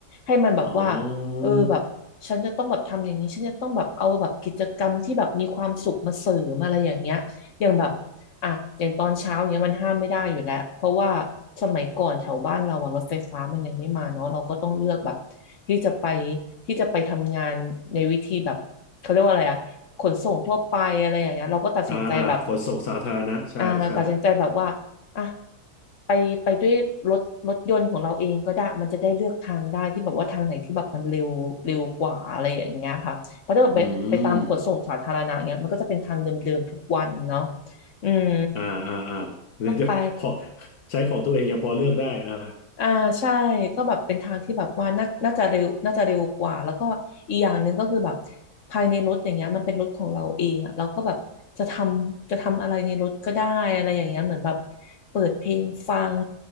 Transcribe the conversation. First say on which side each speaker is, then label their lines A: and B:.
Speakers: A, on the left (about 55°); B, on the left (about 75°).
A: ให้มันแบบว่า
B: อ๋อ
A: เออแบบฉันจะต้องแบบทำอย่างนี้ฉันจะต้องแบบเอาแบบกิจกรรมที่แบบมีความสุขมาเสริมอะไรอย่างเงี้ยอย่างแบบ อ่ะอย่างตอนเช้าเนี้ยมันห้ามไม่ได้อยู่แล้วเพราะว่าสมัยก่อนแถวบ้านเราอะรถไฟฟ้ามันยังไม่มาเนาะเราก็ต้องเลือกแบบที่จะไปที่จะไปทำงานในวิธีแบบเขาเรียกว่าอะไรอะขนส่งทั่วไปอะไรอย่างเงี้ยเราก็ตัดสินใจแบบ
B: อ่าอ่าขนส่งสาธารณะใช่ใช่
A: อ่าตัดสินใจแบบว่าอ่ะไปไปด้วยรถรถยนต์ของเราเองก็ได้มันจะได้เลือกทางได้ที่แบบว่าทางไหนที่แบบมันเร็วเร็วกว่าอะไรอย่างเงี้ยค่ะเพราะถ้าแบบไปไปตามขนส่งสาธารณะเงี้ยมันก็จะเป็นทางเดิมๆทุกวันเนาะ
B: อืม
A: อืม
B: อ่าอ่าอ่าเดี๋ยวจะขอ
A: ก็ไป
B: ใช้ของตัวเองยังพอเลือกได้อ่า
A: อ่าใช่ก็แบบเป็นทางที่แบบว่าน่าน่าจะเร็วน่าจะเร็วกว่าแล้วก็อีกอย่างหนึ่งก็คือแบบภายในรถอย่างเงี้ยมันเป็นรถของเราเองอ่ะเราก็แบบจะทำจะทำอะไรในรถก็ได้อะไรอย่างเงี้ยเหมือนแบบเปิดเพลงฟัง